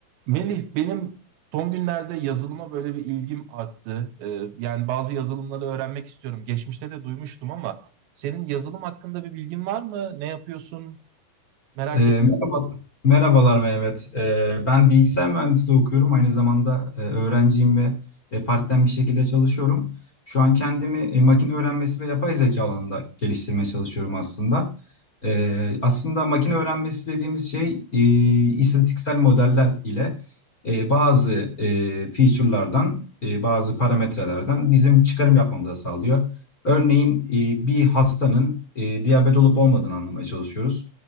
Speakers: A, on the right (about 75°); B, on the left (about 25°).
A: Melih, benim son günlerde yazılıma böyle bir ilgim arttı. Ee, yani bazı yazılımları öğrenmek istiyorum. Geçmişte de duymuştum ama senin yazılım hakkında bir bilgin var mı? Ne yapıyorsun? Merak
B: Ee, merhaba,
A: ediyorum.
B: merhabalar Mehmet. Ee, ben bilgisayar mühendisliği okuyorum. Aynı zamanda e, öğrenciyim ve e, part-time bir şekilde çalışıyorum. Şu an kendimi e, makine öğrenmesi ve yapay zeka alanında geliştirmeye çalışıyorum aslında. Ee, aslında makine öğrenmesi dediğimiz şey e, istatistiksel modeller ile e, bazı e, feature'lardan, e, bazı parametrelerden bizim çıkarım yapmamızı sağlıyor. Örneğin e, bir hastanın e, diyabet olup olmadığını anlamaya çalışıyoruz.